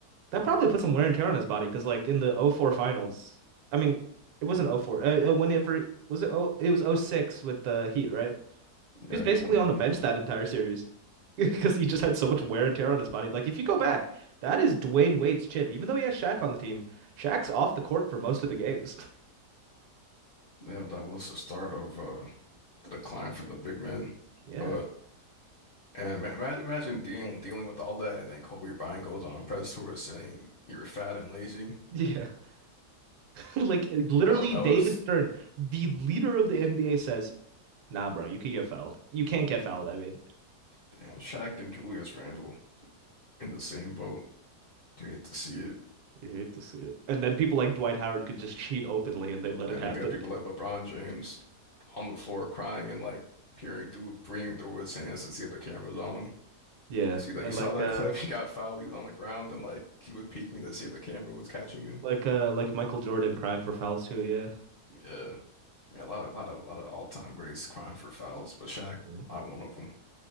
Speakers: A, on the right; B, on the left.
A: That probably put some wear and tear on his body because like in the O four finals, I mean, it wasn't oh four. Uh, uh, whenever was it? Oh, it was O six with the Heat, right? He
B: Yeah,
A: was basically
B: he won
A: on
B: then.
A: the bench that entire series <laughs> because he just had so much wear and tear on his body. Like, if you go back, that is Dwayne Wade's chip. Even though he has Shaq on the team, Shaq's off the court for most of the games. <laughs>
B: Yeah, that was the start of uh the decline for the big men.
A: Yeah.
B: But And ma ma- imagine dealing dealing with all that, and then Kobe Bryant goes on press tour saying you were fat and lazy.
A: Yeah. <laughs> Like, literally,
B: Oh, that
A: David
B: was
A: Stern, the leader of the NBA, says, Nah, bro, you can get fouled. You can't get fouled, I mean.
B: damn Shaq and Julius Randle in the same boat. You hate to see it.
A: You hate to see it. And then people like Dwight Howard could just cheat openly and they let
B: And
A: it happen.
B: you got people like LeBron James on the floor crying and like peering through, peering through his hands to see if the camera's on him.
A: Yeah.
B: You see that?
A: And
B: You saw
A: like
B: that
A: uh
B: clip? <laughs> He got fouled. He was on the ground and like he was peeking to see if the camera was catching him.
A: like uh like Michael Jordan crying for fouls too, yeah.
B: Yeah, yeah, a lot of, lot of, lot of all-time greats crying for fouls, but Shaq,
A: Yeah.
B: not one of them.